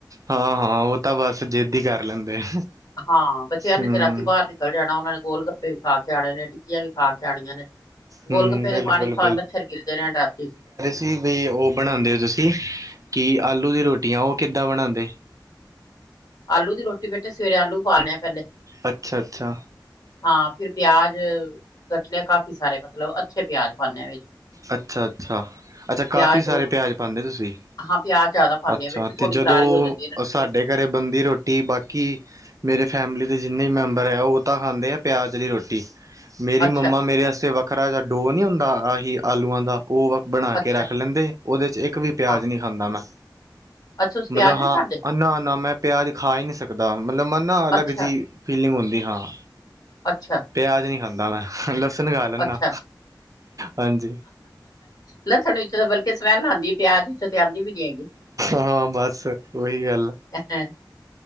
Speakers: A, on the right; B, on the left.
A: ਹਾਂ ਹਾਂ ਉਹ ਤਾਂ ਬਸ ਜਿੱਦ ਹੀ ਕਰ ਲੈਂਦੇ ਆ,
B: ਹਾਂ ਬੱਚਿਆਂ ਨੇ
A: ਹਮ।
B: ਰਾਤੀ ਤੇ ਬਾਹਰ ਨਿਕਲ ਜਾਣਾ ਉਹਨਾਂ ਨੇ ਗੋਲ ਗੱਪੇ ਵੀ ਖਾ ਕੇ ਆਨੇ ਨੇ ਟਿੱਕੀਆਂ ਵੀ ਖਾ ਕੇ ਆਣੀਆਂ ਨੇ, ਗੋਲ
A: ਹਮ
B: ਗੱਪੇ
A: ਬਿਲਕੁਲ
B: ਦੇ ਪਾਣੀ ਭਾਵੇਂ ਮੱਛਰ ਗਿਰਦੇ ਰਹਿਣ ਰਾਤੀ।
A: ਕੀ ਬਈ ਉਹ ਬਣਾਦੇ ਓ ਤੁਸੀਂ ਕੀ ਆਲੂ ਦੀ ਰੋਟੀਆਂ ਉਹ ਕਿੱਦਾਂ ਬਣਾਦੇ?
B: ਆਲੂ ਦੀ ਰੋਟੀ ਬੇਟੇ ਸਵੇਰੇ ਆਲੂ ਉਬਲਾ ਨੇ ਪਹਿਲੇ।
A: ਅੱਛਾ-ਅੱਛਾ।
B: ਹਾਂ ਫਿਰ ਪਿਆਜ ਕੱਟਣੇ ਆ। ਕਾਫੀ ਸਾਰੇ, ਮਤਲਬ ਅੱਛੇ ਪਿਆਜ ਪਾਉਦੇ ਆ। ਵਿੱਚ।
A: ਅੱਛਾ- ਅੱਛਾ -ਅੱਛਾ ਕਾਫੀ
B: ਪਿਆਜ
A: ਸਾਰੇ
B: ਤੋਂ
A: ਪਿਆਜ ਪਾਂਦੇ ਤੁਸੀ।
B: ਹਾਂ ਪਿਆਜ ਜ਼ਿਆਦਾ ਪਾਣੇ
A: ਅੱਛਾ,
B: ਆ ਬੇਟੇ
A: ਤੇ
B: ਥੋੜੀ
A: ਜਦੋਂ
B: ਕਰਾਰੀ ਹੋ ਜਾਂਦੀ ਹੈ ਨਾ ਰੋਟੀ
A: ਸਾਡੇ ਘਰੇ ਬਣਦੀ ਰੋਟੀ, ਬਾਕੀ ਮੇਰੇ ਫੈਮਿਲੀ ਦੇ ਜਿੰਨੇ ਮੈਂਬਰ ਐ, ਔ ਤਾਂ ਖਾਂਦੇ ਆ। ਪਿਆਜ਼ ਵਾਲੀ ਰੋਟੀ। ਮੇਰੀ
B: ਅੱਛਾ
A: ਮੰਮਾ ਮੇਰੇ ਵਾਸਤੇ ਵੱਖਰਾ ਜਾ ਡੋ, ਨੀ ਹੁੰਦਾ ਆਹੀ ਆਲੂਆਂ ਦਾ। ਓ ਵ ਬਣਾ
B: ਅੱਛਾ
A: ਕੇ ਰੱਖ ਲੈਂਦੇ। ਓਦੇ ਚ, ਇੱਕ ਵੀ ਪਿਆਜ਼
B: ਹਾਂ
A: ਨੀ ਖਾਂਦਾ ਮੈਂ।
B: ਅੱਛਾ ਤੁਸੀਂ
A: ਮਲਬ
B: ਪਿਆਜ ਨੀ
A: ਹਾਂ
B: ਖਾਂਦੇ
A: ਨਾ ਨਾ ਮੈਂ ਪਿਆਜ ਖਾ ਈ ਨੀ ਸਕਦਾ। ਮਲਬ ਮਨਾ ਅਲੱਗ
B: ਅੱਛਾ
A: ਜਿ-। ਫੀਲਿੰਗ ਹੁੰਦੀ ਹਾਂ।
B: ਅੱਛਾ।
A: ਪਿਆਜ ਨੀ ਖਾਂਦਾ ਮੈਂ। ਲੱਸਣ ਖਾ ਲੈਨਾ।
B: ਅੱਛਾ
A: ਹਾਂਜੀ।
B: ਲੱਸਣ ਵਿੱਚੋਂ ਤੇ ਬਲਕਿ ਸਮੈਲ ਆਂਦੀ, ਪਿਆਜ ਵਿੱਚੋਂ ਤੇ ਆਂਦੀ ਵੀ ਨੀ ਹੈਗੀ।
A: ਹਾਂ। ਬਸ ਓਈ ਗੱਲ
B: ਅੱਛਾ।